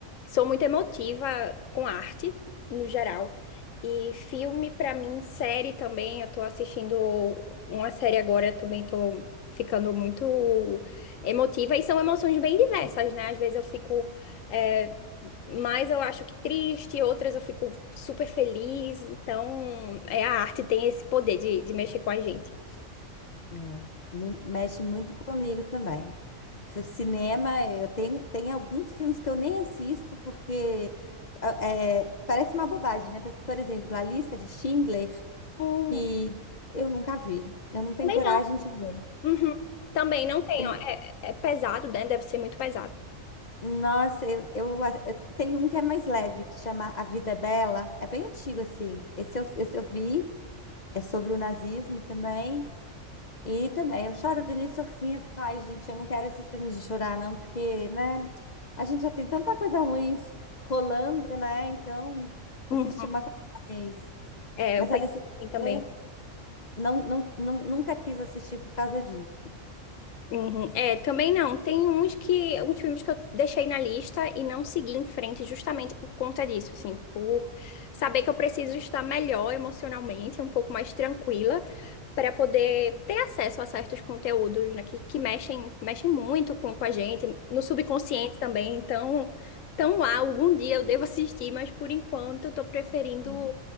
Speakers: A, on the left; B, on the left.
A: sou muito emotiva com arte, no geral. E filme, pra mim, série também. Eu tô assistindo uma série agora, eu também tô ficando muito emotiva. E são emoções bem diversas, né? Às vezes eu fico. eh, mas eu acho que triste, outras eu fico super feliz. Então, é, a arte tem esse poder de, de mexer com a gente.
B: É, me mexe muito comigo também. F- Cinema, eu tenho, tem alguns filmes que eu nem assisto porque ah, é, parece uma bobagem, né? Mas, Por exemplo, a lista de Schindler,
A: Hum,
B: que eu nunca vi, eu não tenho
A: também
B: coragem
A: não.
B: de ver.
A: Uhum. Também não tem,
B: Eu-
A: ó, é, é pesado, né? Deve ser muito pesado.
B: Nossa, eu, eu, a- eu- tem um que é mais leve, que chama A Vida é Bela, é bem antigo assim. Esse eu, esse eu vi, é sobre o nazismo também. E também, eu choro do início ao fim, eu fico, ai, gente, eu não quero esses filmes de chorar, não, porque, né, a gente já tem tanta coisa ruim rolando, né, então,
A: Uhum.
B: assistir uma coisa mais.
A: É,
B: Mas
A: eu penso
B: Alice
A: assim também.
B: Hitler não, não, não, nunca quis assistir por causa disso.
A: Uhum. É, também não. Tem uns que, uns filmes que eu deixei na lista e não segui em frente justamente por conta disso, assim, por saber que eu preciso estar melhor emocionalmente, um pouco mais tranquila. para poder ter acesso a certos conteúdos, né, que, que mexem, mexem muito com, com a gente, no subconsciente também. Então, tão lá, algum dia eu devo assistir, mas por enquanto eu estou preferindo
B: Uhum.